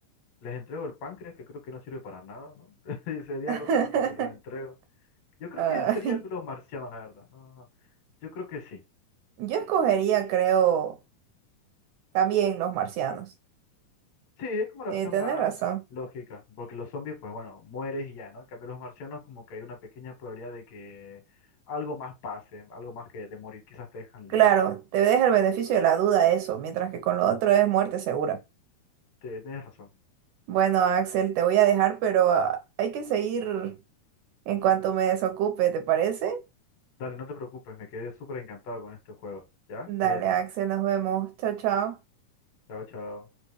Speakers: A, on the left; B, on the right.
A: les entrego el páncreas, que creo que no sirve para nada, ¿no? <laughs> Y sería
B: <laughs>
A: el órgano que se los entrego. Yo creo
B: Ay.
A: que sería el de los marcianos, la verdad. No, no. Yo creo que sí.
B: Yo escogería, creo, también los marcianos.
A: Sí, es como la
B: Eh,
A: opción
B: tenés
A: más
B: razón.
A: lógica, porque los zombies, pues bueno, mueres y ya, ¿no? En cambio, los marcianos como que hay una pequeña probabilidad de que algo más pase, algo más que de morir, quizás te dejan
B: Claro,
A: libre.
B: te deja el beneficio de la duda eso, mientras que con lo otro es muerte segura.
A: Te- Tienes razón.
B: Bueno, Axel, te voy a dejar, pero ah, hay que seguir en cuanto me desocupe, ¿te parece?
A: Dale, no te preocupes, me quedé súper encantado con este juego. ¿Ya? Cuídate.
B: Dale, Axel, nos vemos. Chao, chao.
A: Chao, chao.